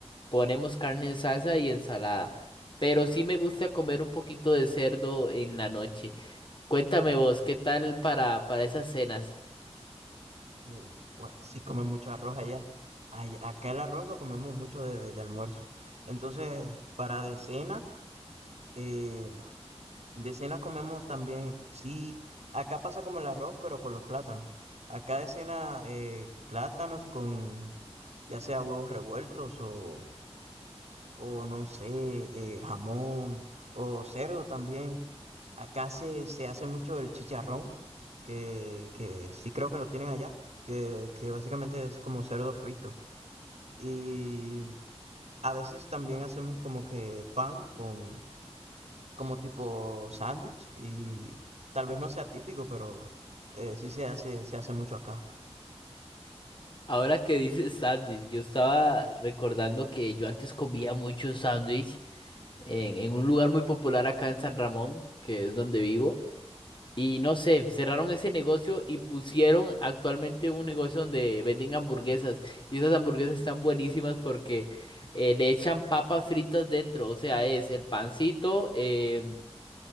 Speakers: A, on the left; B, on the right.
A: ponemos carne en salsa y ensalada. Pero sí me gusta comer un poquito de cerdo en la noche. Cuéntame vos, ¿qué tal para, para esas cenas?
B: Eh, gua- sí comen mucho arroz allá. Ay- acá el arroz lo comemos mucho de, de- de almuerzo. Entonces, para de cena, eh, de cena comemos también, sí, acá pasa como el arroz, pero con los plátanos. Acá de cena, eh, plátanos con ya sea huevos revueltos o, o no sé, eh, jamón o cerdo también. Acá se, se hace mucho el chicharrón, que, que sí creo que lo tienen allá, que, que básicamente es como cerdo frito. Y a veces también hacemos como que pan con como tipo sándwich y tal vez no sea típico, pero eh, sí se hace, se hace mucho acá.
A: Ahora que dices sándwich, yo estaba recordando que yo antes comía mucho sándwich en, en un lugar muy popular acá en San Ramón, que es donde vivo. Y no sé, cerraron ese negocio y pusieron actualmente un negocio donde venden hamburguesas. Y esas hamburguesas están buenísimas porque eh, le echan papas fritas dentro. O sea, es el pancito, em,